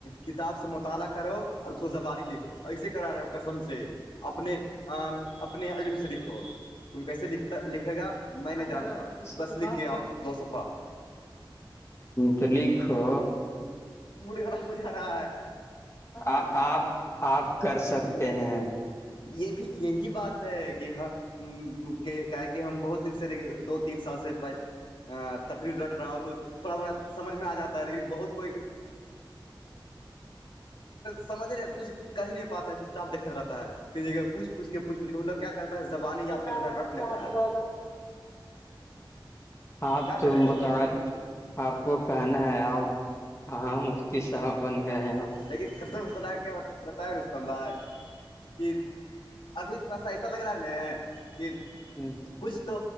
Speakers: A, on the left (about 70°); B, on the left (about 35°).
A: کتاب سے مطالعہ کرو اور اس کو زباری لکھو ایسے کرا رہے کسم سے اپنے اپنے علم سے لکھو تم کیسے لکھتا لکھے گا میں نہیں
B: ہ
A: جانتا
B: کر رہا ہے؟ کچھ
A: بس
B: تو بات
A: لکھ کے آؤ دو صفہ
B: تلییک ہو
A: مڑ گ رہا م جارا
B: آپ آپ کر سکتے ہیں
A: یہ بھی یہی بات ہے کہ ہاں کہ کا کہ ہم بہت دن سے دو تین سال سے ب ا تکریف رٹ رہا ہو تو تھوڑا بوڑا سمجھ میں آ جاتا ہے لیکن بہت کوئی سمجھنے کچھ کر ہی نہیں پاتا ہے چپ چاپ دیکھ رہتا ہے کہ جگ پوچھوچ کے پوچ پچھ کے وہ ل کیا کرتا ہے زبان ہی یاد
B: ہ
A: کر لیتا ہے رٹ لیتا
B: ہ
A: ہے
B: آپ
A: کیا
B: تو
A: کرے گا
B: مت آپ کو کہنا ہے آپ کہاں مفتی صاحب بن گئے یہ
A: لیکن قسم خدا کے بتائے رستم بھائی کہ ابھی تھوڑا سا ایسا لگ رہا ن کہ
B: ہ
A: کچھ تو